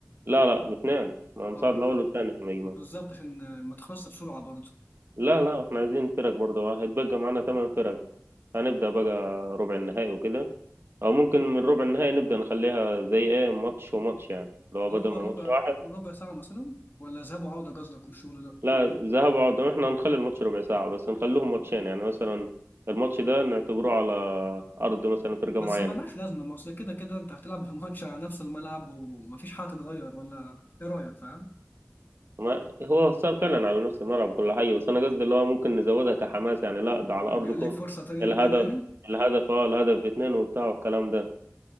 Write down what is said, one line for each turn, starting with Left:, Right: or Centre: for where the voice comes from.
Right: لا لا اثنين ما هنصعد
Left: اه حلو
Right: الأول والثاني في المجموعة
Left: بالظبط عشان آه، ما تخلصش بسرعة برضه
Right: لا لا احنا عايزين فرق برضه هيتبقى معانا ثمان فرق هنبدأ بقى ربع النهائي وكده او ممكن من ربع النهائي نبدا نخليها زي ايه ماتش وماتش يعني لو
Left: اللي
Right: بدل
Left: هو
Right: ما
Left: ربع
Right: ماتش واحد
Left: ربع ساعة مثلا ولا ذهاب وعودة قصدك والشغل ده
Right: لا ذهاب وعودة احنا هنخلي الماتش ربع ساعه بس نخليهم ماتشين يعني مثلا الماتش ده نعتبره على ارض مثلا فرقه
Left: بس
Right: معينه
Left: ملهاش لازمة ما أصل كده كده أنت هتلعب <laughs> في الماتش على نفس الملعب ومفيش حاجة تتغير ولا إيه رأيك فاهم؟
Right: ما هو صار فعلا على نفس الملعب وكل حاجه بس انا قصدي اللي هو ممكن نزودها كحماس يعني لا ده
Left: جاي
Right: على ارضكم
Left: لك فرصة تانية
Right: الهدف
Left: وكده يعني
Right: الهدف اه الهدف باتنين وبتاع والكلام ده